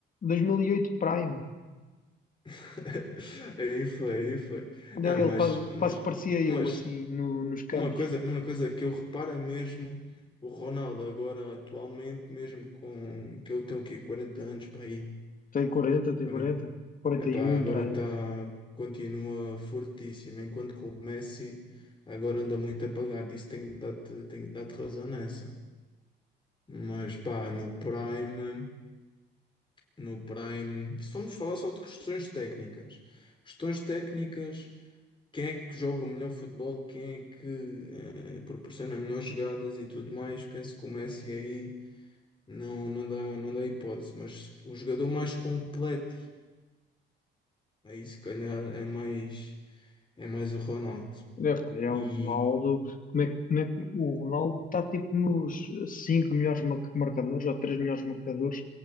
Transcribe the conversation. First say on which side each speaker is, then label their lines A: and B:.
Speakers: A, on the left (about 45°); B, on the left (about 25°).
A: 2008 Prime.
B: <laughs> Aí foi, aí foi.
A: Não,
B: Não,
A: ele
B: mas,
A: quase,
B: mas,
A: quase que parecia eu,
B: mas
A: assim, no- nos campos.
B: Uma coisa, uma coisa que eu reparo é mesmo o Ronaldo agora atualmente, mesmo com que ele tem o quê? 40 anos para aí.
A: Tem quarenta tem
B: 40.
A: quarenta quarenta
B: Epá,
A: e um
B: agora
A: para aí.
B: está continua fortíssimo, enquanto que o Messi agora anda muito apagado. Isso tenho de dar-te tenho de dar-te razão nessa. Mas pá, no Prime, no Prime, se formos falar só de questões técnicas, questões técnicas. quem é que joga o melhor futebol, quem é que eh, proporciona melhores jogadas e tudo mais, penso que o Messi aí não, não dá, não dá hipótese, mas o jogador mais completo, aí se calhar é mais, é mais o Ronaldo.
A: É, pá, é
B: E,
A: o Ronaldo. Como é, que- como é que o Ronaldo está tipo nos 5 melhores mar- marcadores ou 3 melhores marcadores,